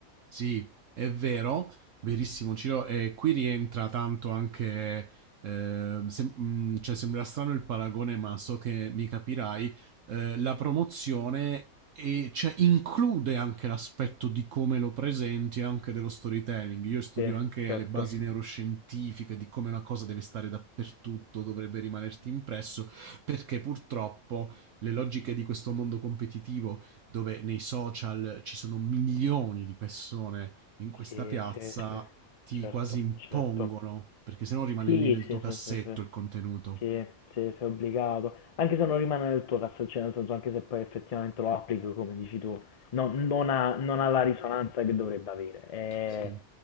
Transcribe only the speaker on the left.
Sì,
certo.
Sì,
sì, sì,
certo,
certo.
Sì,
sì,
sì, sì, sì,
sì, sì, sei obbligato, anche se non rimane nel tuo cazzo, cioè nel senso anche se poi effettivamente lo applichi come dici tu, non, non ha, non ha la risonanza che dovrebbe avere, è,